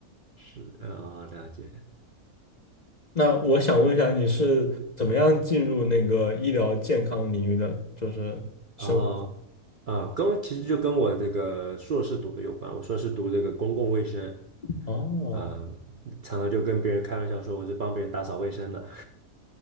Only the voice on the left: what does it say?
那我想问一下，你是怎么样进入那个医疗健康领域的？就是生物，
哦，